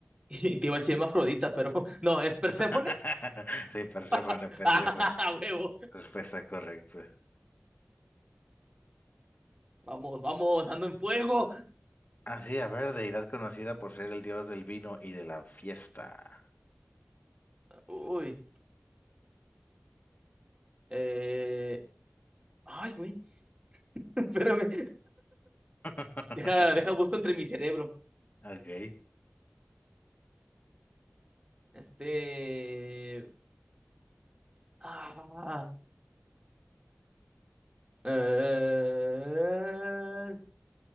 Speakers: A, on the right; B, on the left.
A: <laughs> Y te iba a decir Afrodita, pero <laughs> no, es Perséfone.
B: <laughs> Sí, Perséfone,
A: <laughs>
B: Perséfone.
A: ¡Ah, huevo!
B: Respuesta correcta.
A: Vamos, vamos, ando en fuego.
B: Ah, sí, a ver, deidad conocida por ser el dios del vino y de la fiesta.
A: Uy. Eh... Ay, güey, <laughs> espérame.
B: <laughs>
A: Deja, deja, busco entre mi cerebro.
B: Ok.
A: Este. Ah. Eh...